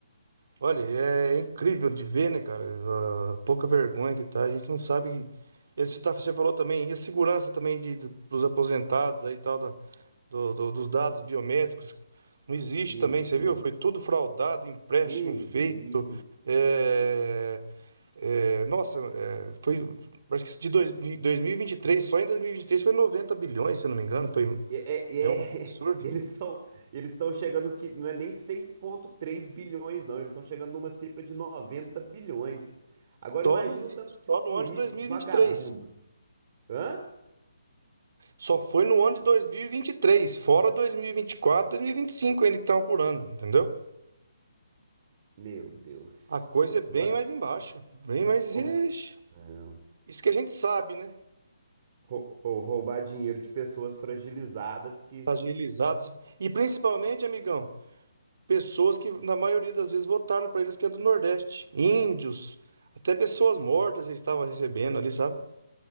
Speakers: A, on the right; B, on the right.
A: Olha, é é incrível de ver, né, cara? A pouca vergonha que tá. A gente não sabe. E você, tá, você falou também, e a segurança também de, de- dos aposentados aí e tal, da- do- do- dos dados biométricos. Não existe
B: Que
A: também,
B: isso,
A: você viu? Foi tudo fraudado, empréstimo
B: que
A: feito. É, é, nossa, é, foi. Parece que de, dois, de 2023, só em 2023 foi 90 bilhões, se eu não me engano. Foi,
B: E, é- é, e
A: é
B: é-
A: um absurdo.
B: <laughs> eles estão eles estão chegando que não é nem seis vírgula três bilhões, não. Eles estão chegando numa cifra de 90 bilhões. Agora
A: Só
B: imagina
A: no, mês-
B: o tanto de
A: só
B: político
A: no ano de 2023.
B: vagabundo. Hã?
A: Só foi no ano de dois mil e e vinte e três, fora dois dois mil mil e quatro, dois mil e vinte quatro, e 2025 ainda que estavam por ano, entendeu?
B: Meu Deus.
A: A coisa é bem
B: Agora,
A: mais embaixo, bem mais.
B: como
A: Ixi,
B: que. Não.
A: Isso que a gente sabe, né?
B: Rou- Ou roubar dinheiro de pessoas fragilizadas que.
A: Agilizados. E principalmente, amigão, pessoas que na maioria das vezes votaram para eles que é do Nordeste. Índios, até pessoas mortas eles estavam recebendo ali, sabe?